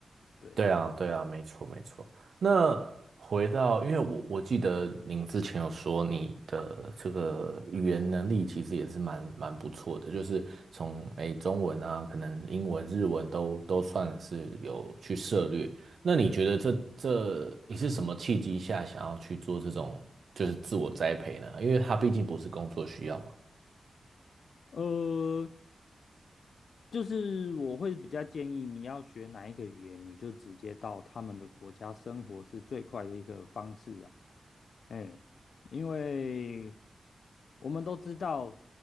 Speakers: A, on the left; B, on the right.
A: 对，
B: 对啊，对啊，没错，没错。那回到，因为我我记得您之前有说你的这个语言能力其实也是蛮蛮不错的，就是从诶中文啊，可能英文、日文都都算是有去涉略。那你觉得这这你是什么契机下想要去做这种就是自我栽培呢？因为它毕竟不是工作需要嘛。
A: 呃。就是我会比较建议你要学哪一个语言，你就直接到他们的国家生活是最快的一个方式啦。嗯，因为我们都知道，